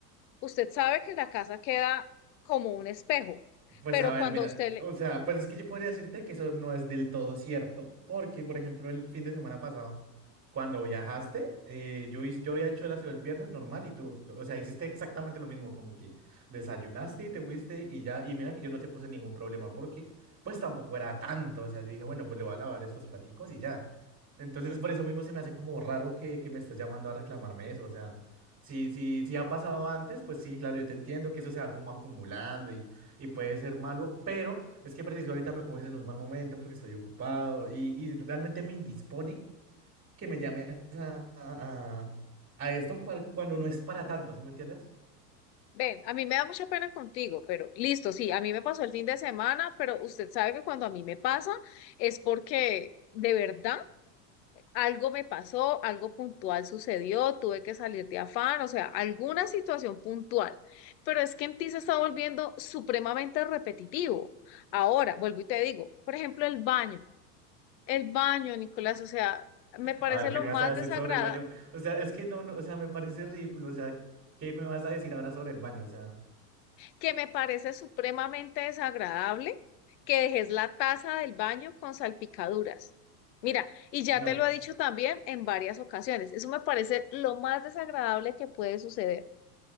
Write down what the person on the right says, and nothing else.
Pues
a ver,
mira,
o sea, pues es que yo podría decirte que eso no es del todo cierto, porque, por ejemplo, el fin de semana pasado, cuando viajaste, eh, yo hice, yo había hecho el aseo el viernes normal y tú, o sea, hiciste exactamente lo mismo, como que desayunaste y te fuiste y ya, y mira que yo no te puse ningún problema, porque pues tampoco era tanto, o sea, yo dije, bueno, pues le voy a lavar esos platicos y ya. Entonces, por eso mismo se me hace como raro que, que me estés llamando a reclamarme eso, o sea, si, si, si ha pasado antes, pues sí, claro, yo te entiendo que eso se va como acumulando y puede ser malo, pero es que preciso ahorita me coges en un mal momento porque estoy ocupado y, y realmente me indispone que me llames a, a, a esto para- cuando no es para tanto, ¿sí me entiendes?
A ver, ¿qué
me vas
a decir
sobre el baño? O sea, es que no, no, o sea, me parece ridículo, o sea, ¿qué me vas a decir ahora sobre el baño? O sea,
no